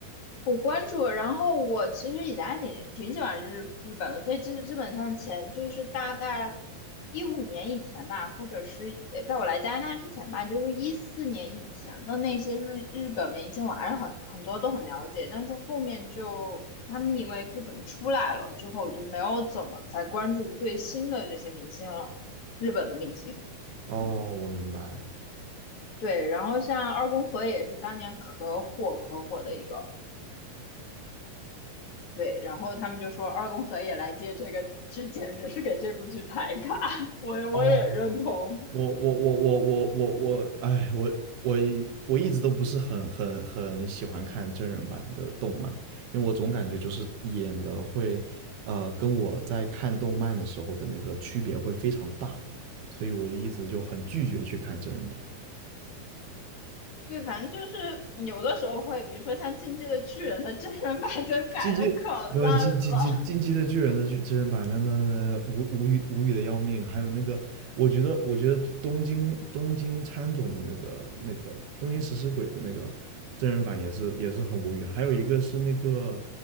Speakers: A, on the left (about 55°); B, on the right (about 80°).
A: 我关注了然后我其实以前还挺挺喜欢日日本的，所以其实基本上前就是大概一五年以前吧，或者是呃在我来加拿大之前吧，就是一四年以前的那些日日本明星，我还是很很多都很了解，但是后面就他们因为不怎么出来了，之后我就没有怎么再关注最新的这些明星了，日本的明星，
B: 哦，
A: 嗯
B: 我明白。
A: 对，然后像二宫和也是当年可火可火的一个。对，然后他们就说二宫和也来接这个，这简直是给这部剧抬杠，<laughs> 我我也认同。
B: 哦，我我我我我我我，哎，我我一我一直都不是很很很喜欢看真人版的动漫，因为我总感觉就是演的会，呃，跟我在看动漫的时候的那个区别会非常的大，所以我一直就很拒绝去看真人版。
A: 对，反正就是有的时候会，比如说像《进击的巨人》的真人版就改的可烂了。
B: 进击不进进进进击的巨人的巨真人版，那那那无无语无语的要命。还有那个，我觉得我觉得东京东京喰种的那个那个东京食尸鬼的那个真人版也是也是很无语。还有一个是那个